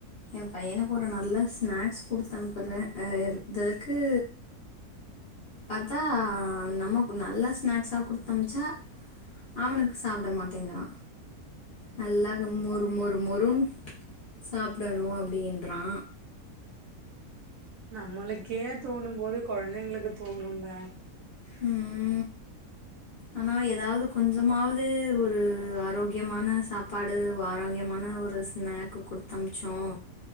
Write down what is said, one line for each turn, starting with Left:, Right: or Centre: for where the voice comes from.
Left: என் பையனுக்கு ஒரு நல்ல ஸ்நேக்ஸ் குடுத்து அனுப்புறே எ தக்கு பாத்தா நமக்கு நல்ல ஸ்நாக்ஸா குடுத்தனிப்ச்சா அவனுக்கு சாப்ட மாட்டேங்கிறா நல்லாக மொறு மொறு மொறும் சாப்டணு அப்டின்றா
Right: நம்மளுக்கே தோணும் போது கொழந்தைங்களுக்கு தோணுல்ல
Left: ம் ஆனா ஏதாவது கொஞ்சமாவது ஒரு ஆரோக்கியமான சாப்பாடு ஒ ஆரோக்கியமான ஒரு ஸ்நேக்கு குடுத்தமிச்சோ